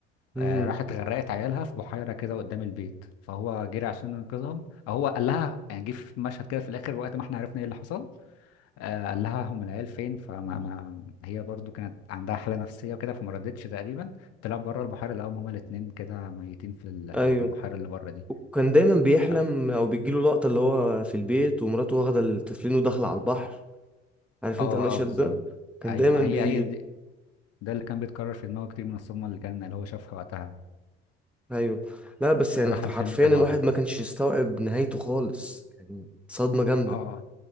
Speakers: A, on the left; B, in the centre.
A: آه
B: امم
A: راحت غرقت عيالها في بحيره كده قدام البيت فهو جري عشان ينقذهم آه، هو قال لها يعني جه في مشهد كده في الاخر وقت ما احنا عرفنا ايه اللي حصل آه قال لها هم العيال فين فما ما هي برضو كانت عندها حاله نفسيه وكده فما ردتش تقريبا طلع بره البحيره لقاهم هما الاتنين كده ميتين في ال-
B: ايوه
A: في البحيره اللي بره دي
B: وكان دايما بيحلم
A: ف-
B: او بتجيله لقطة اللي هو في البيت ومراته واخدة التفلين وداخلة على البحر عارف
A: اه
B: انت المشهد
A: اه بالظبط
B: ده كان
A: ايوه
B: دايما
A: ما
B: بي
A: هي هي دي ده اللي كان بيتكرر في دماغه كتير من الصدمه اللي كان اللي هو شافها وقتها
B: ايوه لا بس يعني
A: صراحه
B: حرفيا
A: الفيلم كان
B: الواحد
A: وهم
B: ما كانش يستوعب نهايته خالص يعني صدمة جامدة
A: اه